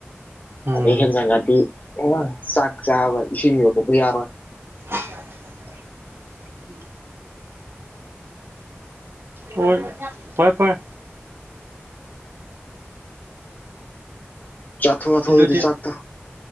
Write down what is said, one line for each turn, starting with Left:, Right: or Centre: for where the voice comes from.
Right: ꯎꯝ
Left: ꯑꯦꯟꯖꯒꯥꯗꯤꯤ ꯑꯣ ꯆ ꯁꯥꯥꯛꯥꯕ ꯏꯁꯤꯅꯤ ꯌ ꯄꯨ ꯌꯥꯔꯣꯏ
Right: ꯎꯝ ꯑꯣ ꯐꯔꯦ ꯐꯔ
Left: ꯆꯥꯊꯣꯛ ꯆꯥꯊꯣꯛ
Right: ꯗꯤ
Left: ꯑꯗꯨꯗꯤ ꯆꯥꯛꯇꯣ